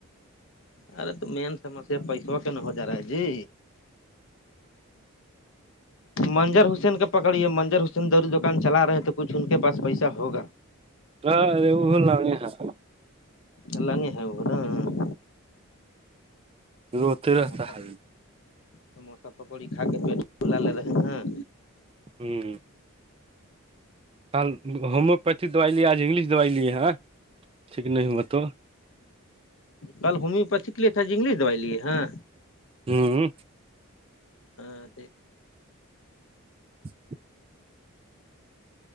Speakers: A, on the left; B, on the right.
A: ارے تو مین سمسیا پیسوں کے ن ہو جا رہا ہے جی منجر حسین کے پکڑیے منجر حسین دوری دکان چلا رہے تھ تو کچھ ان کے پاس پیسہ ہوگا
B: ہاںرے وہ بول ل ہاں <unintelligible>
A: اللہ نہیں ہےورا ہ <unintelligible>
B: روتے
A: سموسہ
B: رہتا ہے
A: سموسہ پکڑی کھ کے پیٹ بلا لے رہے ہیں
B: ہوں کل ہومیوپیتھی دوائی لیے آج انگلش دوائی لیے ہیں ٹھ نہیں ہو ہوت تو <unintelligible>
A: کل ہومیوپیتھ کے لیے تھا جگلیش دوائی لیے ہیں
B: ہوں
A: ہاں
B: <inaudible>